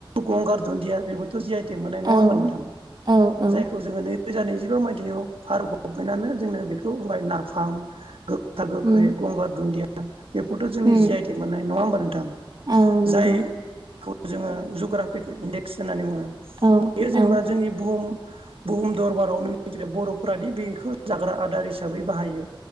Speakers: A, on the right; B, on the right.
A: गंगार दुन्दिया बेबोथ' जि आइ तेग मोननाय
B: औ
A: नङा होनबा नोंथां
B: औ औ
A: जायखौ जों नै रोजा नैजिबा मायथाइयाव भारत गभमेन्टआनो जोंनो बेखौ होबाय नाफाम। दा गोखोहाय
B: उम
A: <inaudible> दुन्दिया बेफोरथ' जोंनि
B: उम
A: जि आइ तेग मोननाय। नङा होमबा नोंथां?
B: औ नंगौ
A: जायखौ जोङो जग्राफिकेल इन्डेक्स होननानै बुङो
B: औ
A: बेयो जेनेबा
B: औ
A: जोंनि बुहुम बुहुम दरबारावनो बर'फोरादि बेखौ जाग्रा आदार हिसा बै बाहायो